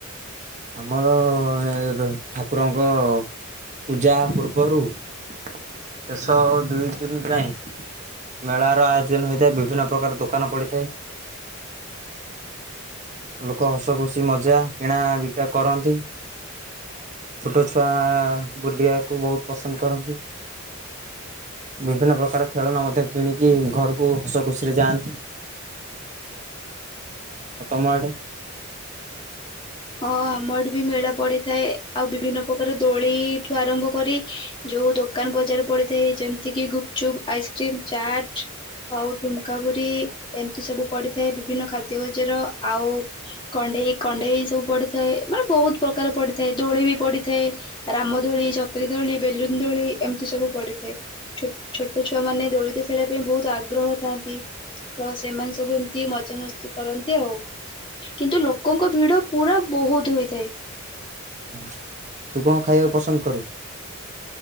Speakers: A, on the right; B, on the left.
A: <unintelligible> ଠାକୁରଙ୍କ ପୂଜା ପୂର୍ବରୁ--ଶେଷ ଦୁଇ ଦିନ ଯାଏଁ ମେଳାର ଆୟୋଜନ ହୋଇଥାଏ ବିଭିନ୍ନ ପ୍ରକାର ଦୋକାନ ପଡିଥାଏ ଲୋକ ହସ ଖୁସି ମଜା କିଣା ବି କରନ୍ତି। ଛୋଟ ଛୁଆ ବୁଲିୟାକୁ ବହୁତ ପସନ୍ଦ କରନ୍ତି ବିଭିନ୍ନ ପ୍ରକାର ଖେଳ ମଧ୍ୟ କିଣିକି ଘରକୁ ହସ ଖୁସିରେ ଯାଆନ୍ତି -ଆଉ ତମଆଡେ।
B: ହଁ ଆମର ବି ମେଳା ପଡିଥାଏ ଆଉ ବିଭିନ୍ନ ପ୍ରକାର ଦୋଳିଇ ଠୁ ଆରମ୍ଭ କରି ଯୋଉ ଦୋକାନ ବଜାର ପଡି ଯେମିତି କି ଗୁପଚୁପ୍ ଆଇସ୍କ୍ରିମ ଚାଟ୍ ଆଉ ଠୁଙ୍କା ପୁରି ଏମିତି ସବୁ ପଡିଥାଏ ବିଭିନ୍ନ ଖାଦ୍ୟ ନିଜର ଆଉ କଣ୍ଢେଇ କଣ୍ଢେଇ ସବୁ ପଡିଥାଏ ମାନେ ବହୁତ ପ୍ରକାର ପଡିଥାଏ ଦୋଳି ବି ପଡିଥାଏ ରାମ ଦୋଳି ଚକ୍ରି ଦୋଳି ବେଲୁନ ଦୋଳି ଏମ୍ ସବୁ ପଡିିଥାଏ ଛୋଟ ଛୁଆ ମାନେ ଦୋଳି ଦେ ଖେଳିୟା ପାଇଁ ବହୁତ ଆଗ୍ରହ ଥାଆନ୍ତି <unintelligible> ଏମାନେ ସବୁ ଏମିତି ମଜାମସ୍ତି କରନ୍ତି ଆଉ କିନ୍ତୁ ଲୋକଙ୍କ ଭିଡ ପୁରା ବହୁତ ହୋଇଥାଏ।
A: ହଁ ତୁ କଣ ଖାଇବାକୁ ପସନ୍ଦ କରୁ?